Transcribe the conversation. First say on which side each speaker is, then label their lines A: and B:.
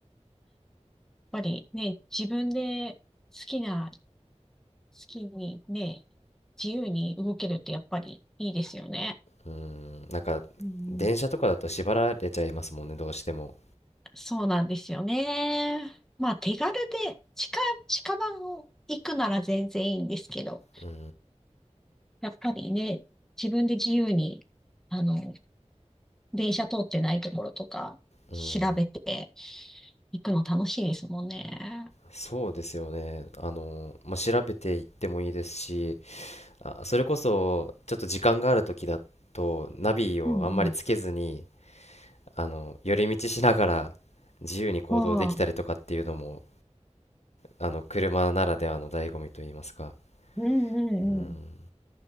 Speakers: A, in the centre; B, on the left (about 65°).
A: ぱりね、自分で好きな、好きにね、自由に動けるってやっぱりいいですよね。
B: うん、なんか電車とかだと縛られちゃいますもんね、
A: うん
B: どうしても。
A: そうなんですよね。まあ手軽で近、近場を行くなら全然いいんですけど、
B: うん、
A: やっぱりね、自分で自由に、あの、電車通ってないところとか調べて
B: うん、
A: 行くの楽しいですもんね。
B: そうですよね。あの、まあ、調べていってもいいですし、あ、それこそちょっと時間がある時だとナビをあんまりつけずに、
A: うんうん。
B: あの、寄り道しながら自由に行動できたりとかっていうのも、
A: まあ
B: あの、車ならではの醍醐味といいますか。
A: うんうんうん。
B: うん